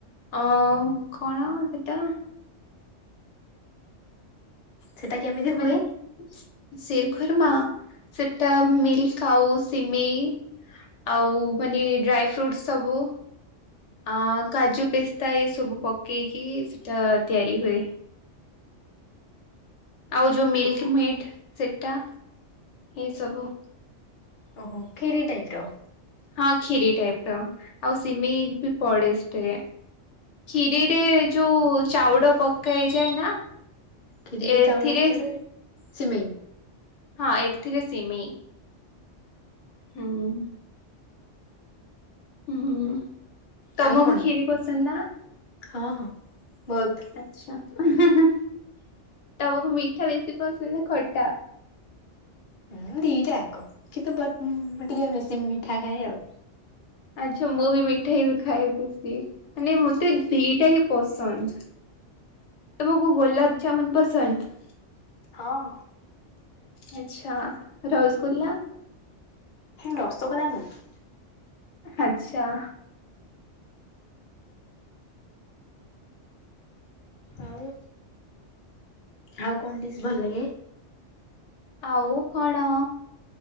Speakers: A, on the left; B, on the left.
A: ଅ କଣ ସେଟା
B: ସେଟା କେମିତି ହୁଏ?
A: ମାନେ ଶିରଖୁର୍ମା ସେଟା ମିଲ୍କ ଆାଉ ସିମେଇ ଆଉ ମାନେ ଡ୍ରାଇ ଫ୍ରୁଟ୍ସ ସବୁ। ଆ କାଜୁ, ପିସ୍ତା ଏସବୁ ପକେଇକି ସେଇଟା ତିଆରି ହୁଏ। ଆଉ ଯୋଉ ମିଲ୍କ ମେଡ଼ ସେଟା ଏସବୁ।
B: ଓହୋ ଖିରି ଟାଇପ ର।
A: ହଁ ଖିରି ଟାଇପ ର ଆଉ ସିମେଇ ବି ପଡେ ସେଥିରେ ଖିରିରେ ଯୋଉ ଚାଉଳ ପକାଇଯାଏ ନା।
B: କ୍ଷୀରିରେ
A: ଏଥିରେ
B: ଚାଉଳ ପଡେ ସିମେଇ।
A: ହଁ ଏଥିରେ ସିମେଇ। ହୁଁ। ହୁଁ ହୁଁ ତମକୁ
B: ଆଉ କଣ
A: କ୍ଷିରି ପସନ୍ଦ ନା?
B: ହଁ ହଁ ବହୁତ।
A: ଆଛା ହୁଁ ହୁଁ ହୁଁ ତମକୁ ମିଠା ବେଶୀ ପସନ୍ଦ ନା ଖଟା?
B: ହୁଁ ଦିଟା ଜାଙ୍କ କିନ୍ତୁ ବ ମୁ ଟିକେ ବେଶୀ ମିଠା ଖାଏ ଆଉ।
A: ଆଚ୍ଛା ମୁଁ ବି ମିଠା ହି ବ ଖାଏ ବେସିି। ମାନେ ମତେ ଦିଟା ହିଁ ପସନ୍ଦ। ତମକୁ ଗୋଲାପଜାମୁନ ପସନ୍ଦ?
B: ହଁ।
A: ଆଚଛା ରସଗୁଲ୍ଲା?
B: ରସଗୋଲା ନୁହଁ।
A: ଆଚ୍ଛା।
B: ଆଉ ଆଉ କଣ ଡିସ୍ ଭଲ ଲାଗେ?
A: ଆଉ କଣ।